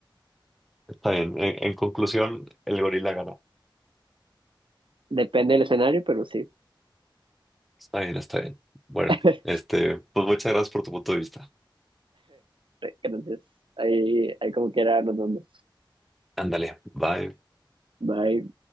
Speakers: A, in the centre; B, on the right.
A: está bien. En, en conclusión, el gorila gana.
B: Depende del escenario, pero sí.
A: Está bien, está bien. Bueno,
B: <laughs>
A: este, pues muchas gracias por tu punto de vista.
B: Entonces, ahí, ahí como quiera nos vemos.
A: Ándale, bye.
B: Bye.